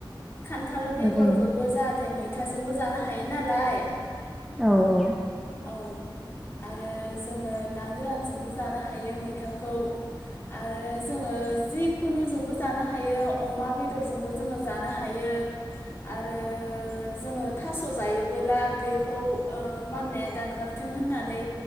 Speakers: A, on the left; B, in the centre.
A: खान्थाल बेगरखौबो
B: उम उम
A: जाहाथे मै मैथाजोंबो जानो हायो नालाय।
B: औ औ
A: औ आरो जोङो ना गोरानजोंबो जानो हायो मैथाखौ आरो जोङो जिखुनुजोंबो जानो हायो अमा बेदरजोंबो जोङो जानो हायो आरो जोङो थास जायोबोला बेखौ माननाया दानगारथों होननानै